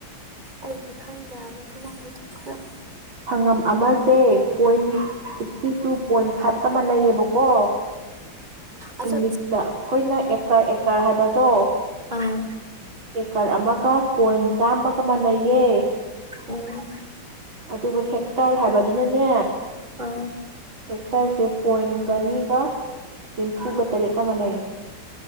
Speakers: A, on the right; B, on the right.
A: ꯑꯩꯗꯤ ꯈꯪꯗꯦ ꯍꯥꯏꯕ ꯑꯗꯨꯒꯨꯝꯕꯗꯣ ꯈꯔ
B: ꯁꯪꯉꯝ ꯑꯃꯁꯦ ꯄꯣꯏꯟ ꯁꯤꯛꯁꯇꯤꯇꯨ ꯄꯣꯏꯟ ꯐꯥꯏꯚ <unintelligible> ꯃꯥꯟꯅꯩꯌꯦꯕꯀꯣ
A: ꯑꯗꯣ
B: ꯏꯪꯂꯤꯁꯇ ꯑꯩꯈꯣꯏꯅ ꯑꯦꯀꯔ ꯑꯦꯀꯔ ꯍꯥꯏꯕꯁ ꯇꯣ
A: ꯑꯥ
B: ꯑꯦꯀꯔ ꯑꯃꯒ ꯄꯣꯏꯟ ꯆꯥꯝꯃꯒ ꯃꯥꯅꯩꯌꯦ
A: ꯎꯝ
B: ꯑꯗꯨꯕꯨ ꯍꯦꯛꯇꯔ ꯍꯥꯏꯕꯗꯨꯅꯅꯦ
A: ꯑꯥ
B: ꯍꯦꯛꯇꯔꯁꯦ ꯄꯣꯏꯟ ꯆꯅꯤꯒ ꯅꯤꯝꯐꯨꯒ ꯇꯔꯦꯠꯀ ꯃꯅꯩ